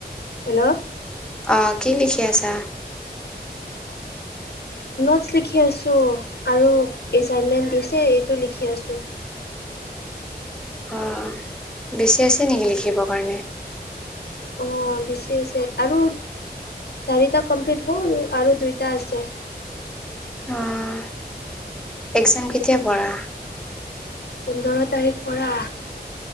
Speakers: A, on the left (about 75°); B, in the centre.
A: হেল্ল'!
B: অঁ কি লিখি আছা?
A: নোটছ লিখি আছো। আৰু এছাইনমেণ্ট দিছে এইটো লিখি আছো।
B: অ বেছি আছে নেকি লিখিব কাৰণে?
A: অঁ বেছি আছে, আৰু চাৰিটা কমপ্লিট হ'ল আৰু দুইটা আছে।
B: অঁ একজাম কেতিয়াৰ পৰা?
A: পোন্ধৰ তাৰিখ পৰা।